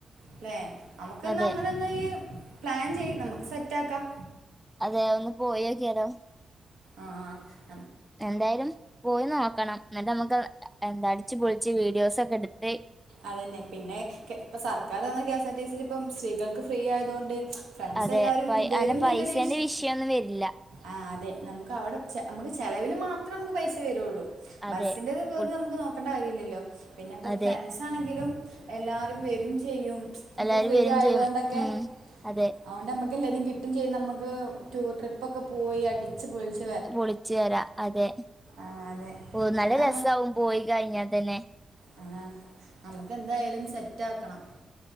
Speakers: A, on the right; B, in the centre.
A: അല്ലെ നമുക്ക്ന്നാങ്ങനെ
B: അതെ
A: <unintelligible> പ്ലാൻ ചെയ്യ് നമുക്ക് സെറ്റാക്കാം
B: അതെ ഒന്ന് പോയോക്കിയാലോ
A: ആഹ് ആഹ്
B: എന്തായാലും പോയി നോക്കണം ന്നിട്ട്മ്മക്ക് എന്ത അടിച്ച് പൊളിച്ച് വീഡിയോസൊക്കെടുത്ത്
A: അതന്നെ പിന്നെ കേ ഇപ്പ സർക്കാർ തന്ന കെഎസ് ആർ ടിസിലിപ്പം സ്ത്രീകൾക്ക് ഫ്രീ ആയത്കൊണ്ട് ഫ്രണ്ട്സെല്ലാരും
B: അതെ പൈ
A: വെരുംന്ന്ല്ലൊരു
B: അങ്ങനെ പൈസേന്റെ
A: വിഷ്
B: വിഷയൊന്നും വരില്ല
A: ആ അതെ നമുക്കവടെ ചെ നമുക്ക് ചെലവിന് മാത്രം നമുക്ക് പൈസ വെരുള്ളൂ
B: അതെ
A: ബസ്സിന്റെത്പൊത്
B: ഫുഡ്
A: നമുക്ക് നോക്കണ്ട കാര്യല്ല്യല്ലോ പിന്നെപ്പോ
B: അതെ
A: ഫ്രണ്ട്സ് ന്താണെങ്കിലും എല്ലാരും വെരും ചെയ്യും സ് ന്പ്പൊ
B: എല്ലാരും
A: ഫ്രീ
B: വരും
A: ആയതോണ്ടൊക്കെ
B: ചെയ്യും ഉം അതെ
A: അതോണ്ടമ്മക്ക് എല്ലാരിം കിട്ടുംചെയ്യും നമക്ക് ടൂ ട്രിപ്പൊക്കെ പോയി അടിച്ച് പൊള്ച്ച്
B: പൊളിച്ച് വെരാ അതെ
A: ആഹ് അതെ
B: ഓ നല്ലരസ്സാവും
A: എന്നാ
B: പോയി കഴിഞ്ഞാതന്നെ
A: ആ നമ്മക്കെന്തായാലും സെറ്റാക്കണം